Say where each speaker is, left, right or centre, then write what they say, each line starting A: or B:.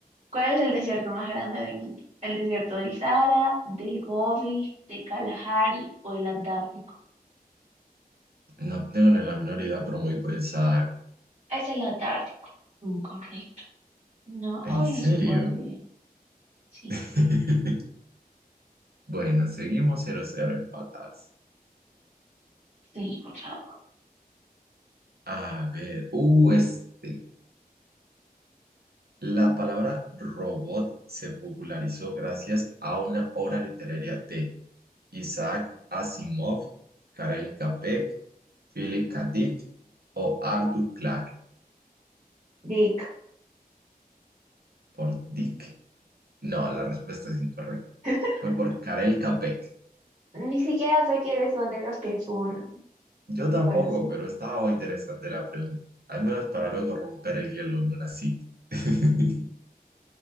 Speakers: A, on the right; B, on the right.
A: ¿Cuál es el desierto más grande del mundo? ¿El desierto del Sahara, del Gobi, de Kalahari o el Antártico?
B: No tengo ni la menor idea, pero me voy por el Sahara.
A: Es el Antártico. Incorrecto. No,
B: ¿En
A: hoy
B: serio?
A: no es un buen día. Sí,
B: <laughs> Bueno, seguimos cero cero empatadas.
A: sí, por favor.
B: A ver, uh, este. La palabra robot se popularizó gracias a una obra literaria de Isaac Asimov, Karel Capek, Philip K. Dick o Arthur Clarke
A: Dick.
B: por Dick. No, la respuesta es incorrecta.
A: <laughs>
B: Fue por Karel Capek.
A: Ni siquiera sé quiénes son esas personas.
B: Yo tampoco,
A: Bueno, sí.
B: pero estaba muy interesante la pregunta. Al menos para luego romper el hielo en una cita. <laughs>